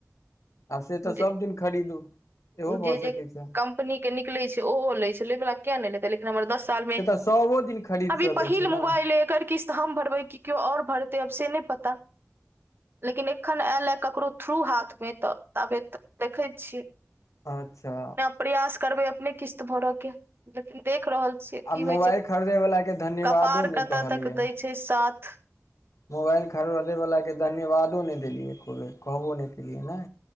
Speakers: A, on the left; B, on the right.
A: आब से तऽ
B: जे
A: सबदिन खरीदू इहो
B: जे
A: भऽ
B: जे
A: सकैत छै
B: कम्पनी के निकलैए छै ओहो लैत छै लेवला किया नहि लेतै लेकिन हमर दस साल में
A: सएो दिन खरीद
B: अभी
A: सकैत
B: पहिल
A: छी
B: मोबाइल
A: ने
B: लेक के किस्त हम भरबै की क्यो और भरतै से अब नै पता लेकिन एखन ऐल एऽ ककरो थ्रू हाथ मे तऽ ताबे देखैत छीयै
A: अच्छा
B: प्रयास करबे अपने किस्त भरऽ के लेकिन देख रहल छी से की
A: आ
B: होइ
A: मोबाइल
B: छै
A: खरीदयवलाके धन्यवादो
B: कपार
A: नहि
B: कतऽ
A: कहलियै
B: तक दै छै साथ
A: मोबाइल खरोदैवलाके धन्यवादो नहि देलियै को बे कहबो नहि केलियै ने